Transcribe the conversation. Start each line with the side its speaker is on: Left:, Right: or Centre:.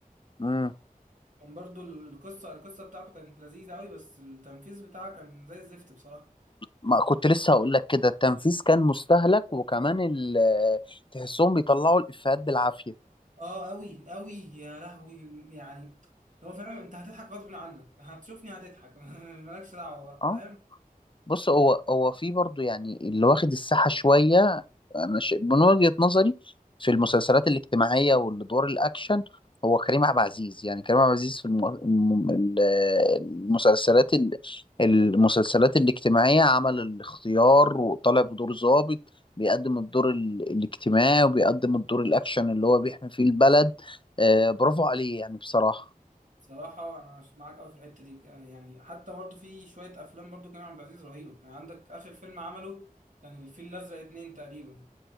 Left: امم
Right: كان برضه القصة القصة بتاعته كانت لذيذة أوي بس التنفيذ بتاعها كان زي الزفت بصراحة
Left: ما كنت لسه هقول لك كده التنفيذ كان مستهلك وكمان ال- تحسهم بيطلعوا الإفيهات بالعافية
Right: اه قوي قوي يا لهوي يعني هو فعلا انت هتضحك غصب عنك هتشوفني هتضحك <laughs> مالكش دعوه بقى
Left: اه
Right: فاهم
Left: بص هو هو في برضو يعني اللي واخد الساحة شوية أنا ش... من وجهة نظري في المسلسلات الاجتماعية والدور الأكشن هو كريم عبد العزيز يعني كريم عبد العزيز في الم... الم- ال- المسلسلات ال... المسلسلات الاجتماعية عمل الاختيار وطالع بدور ضابط بيقدم الدور ال... الاجتماعي وبيقدم الدور الأكشن اللي هو بيحمي فيه البلد آه برافو عليه يعني بصراحة
Right: صراحه انا مش معاك قوي في الحته دي يعني حتى برضه في شويه افلام برضه كريم عبد العزيز رهيبه يعني عندك اخر فيلم عمله كان الفيل الازرق اتنين تقريبا